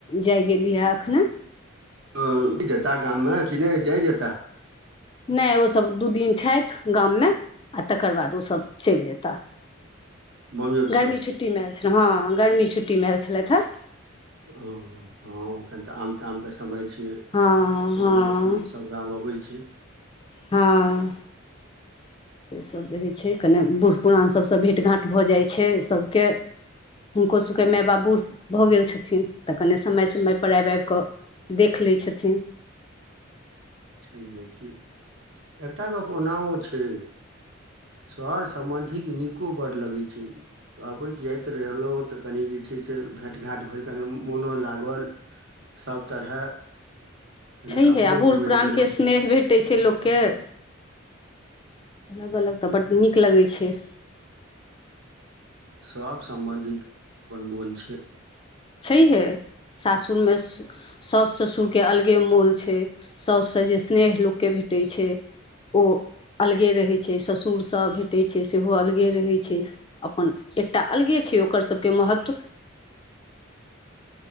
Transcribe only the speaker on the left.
जाए गेली हे एखन।
नहि ओसभ दू दिन छथि गाममे आ तकर बाद ओसभ चलि जेताह।
गर्मी छुट्टीमे आयल छलय हँ गर्मी छुट्टीमे आयल छलथि हेँ।
हँ हँ
हँ से सभ रहै छैय कने बूढ़ पुरान सभसँ भेँट घाँट भ जाइत छैय। सभके हुनको सब के माय बाप बूढ़ भऽ गेल छथिन तऽ कने समय समयपर आबि आबि कऽ देख लै छथिन।
छैहे
आ बूढ़
पुरानके
स्नेह भेटैत छैय लोककेँ। अलग अलग तऽ बड्ड नीक लगै छैय।
छैहे सासुरमे सास ससुर सुरके अलगे मोल छैय साउससँ जे स्नेह लोककेँ भेटै छैयू ओ अलगे रहैत छैय ससुरस भेटैत छै सेहो अलगे रहैत छैय अपन एकटा अलगे छैय ओकर सभके महत्व